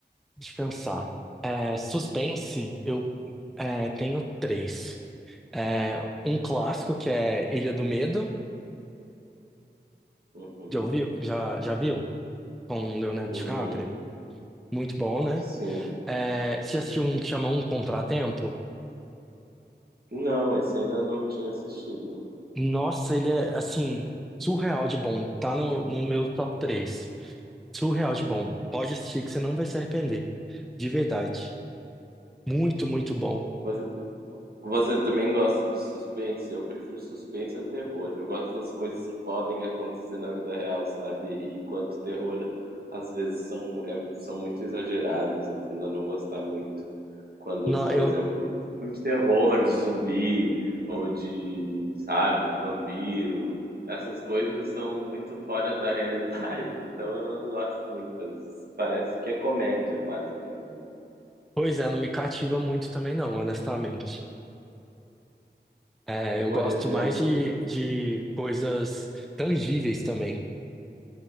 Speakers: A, in the centre; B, on the right.
A: de pensar, é, suspense, eu é, tenho três. É, um clássico que é Ilha do Medo,
B: Uhum,
A: já ouviu? Já, já viu? com o Leonardo
B: uhum,
A: DiCaprio. Muito bom, né?
B: sim.
A: É, você já assistiu um que chama Um Contratempo?
B: Não, esse ainda não tinha assistido.
A: Nossa, ele é, assim, surreal de bom. Tá no, no meu top três, Surreal de bom. Pode assistir que você não vai se arrepender. De verdade. Muito, muito bom.
B: Você, você também gosta de suspense? Eu prefiro suspense a terror. Eu gosto das coisas que podem acontecer na vida real, sabe? E enquanto terror, às vezes são, é- são muito exagerados, eu tendo a não gostar muito. Quando,
A: Não,
B: por
A: eu,
B: exemplo, filmes de terror, de zumbi, ou de, sabe, de vampiro, essas coisas são muito fora da realidade, <laughs> então eu não gosto muito. Às vezes parece que é comédia quase pra mim.
A: pois é, não me cativa muito também não, honestamente. É, eu
B: Por
A: gosto
B: exemplo,
A: mais de, de coisas tangíveis também.